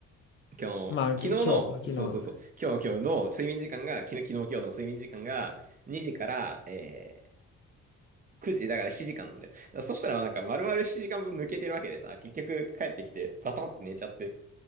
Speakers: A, on the right; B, on the left.
A: 今日の、
B: まあ、
A: 昨日の、
B: き今日、
A: そうそうそう、
B: 昨日、
A: 今日今日の睡眠時間が、昨日昨日今日の睡眠時間が2時から、えー9時だから7時間なんだよ。だからそしたらなんか丸々7時間分抜けてるわけでさ、結局帰ってきてバタって寝ちゃって、